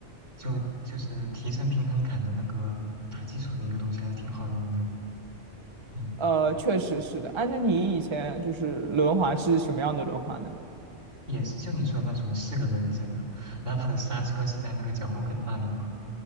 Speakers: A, on the right (about 85°); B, on the right (about 25°).
A: 就就是提升平衡感的那个打基础的一个东西，还是挺好用的。嗯，
B: 呃确实是的，哎，那你以前就是轮滑是什么样的轮滑呢？
A: 也是就你说的那种四个轮子的，然后它的刹车是在那个脚后跟那里嘛。